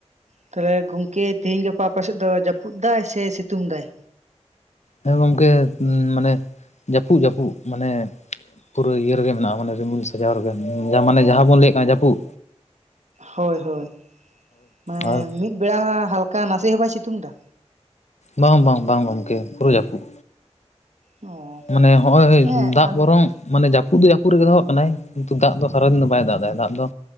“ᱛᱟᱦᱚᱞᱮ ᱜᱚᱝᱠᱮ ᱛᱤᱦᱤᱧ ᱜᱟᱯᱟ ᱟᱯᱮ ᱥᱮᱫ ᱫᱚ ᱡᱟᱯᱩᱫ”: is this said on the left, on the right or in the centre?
Right